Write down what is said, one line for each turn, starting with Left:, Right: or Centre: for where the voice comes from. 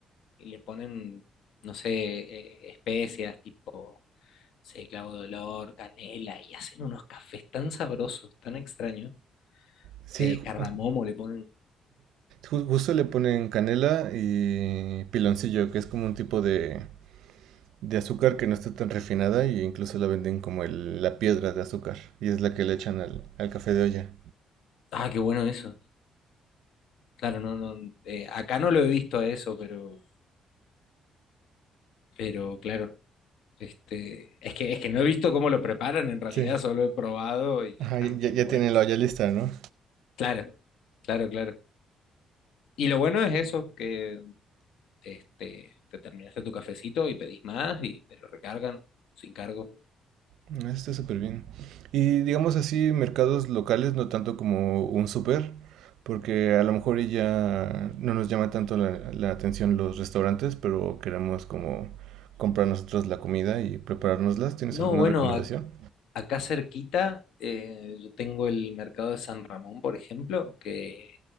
Left: y le ponen, no sé, eh, especias tipo, no sé, clavo de olor, canela y hacen unos cafés tan sabrosos, tan extraños.
Right: Sí,
Left: Eh,
Right: ju-
Left: cardamomo le ponen.
Right: ju- justo le ponen canela y piloncillo, que es como un tipo de, de azúcar que no está tan refinada e incluso la venden como el- la piedra de azúcar y es la que le echan al, al café de olla.
Left: Ah, qué bueno eso. Claro, no, no. eh, acá no lo he visto a eso, pero, pero claro. Este, es que, es que no he visto cómo lo preparan en realidad,
Right: Sí,
Left: solo he probado y
Right: Ajá,
Left: están
Right: y- ya,
Left: bien
Right: ya
Left: buenos.
Right: tiene la olla lista, ¿no?
Left: Claro, claro, claro. Y lo bueno es eso, que Este, te terminaste tu cafecito y pedís más y te lo recargan sin cargo.
Right: Eso está súper bien. Y digamos así, mercados locales, no tanto como un súper, porque a lo mejor y ya no nos llama tanto la, la atención los restaurantes, pero queremos como comprar nosotros la comida y preparárnoslas. ¿Tienes
Left: No,
Right: alguna
Left: bueno,
Right: recomendación?
Left: a- acá cerquita eh, yo tengo el mercado de San Ramón, por ejemplo, que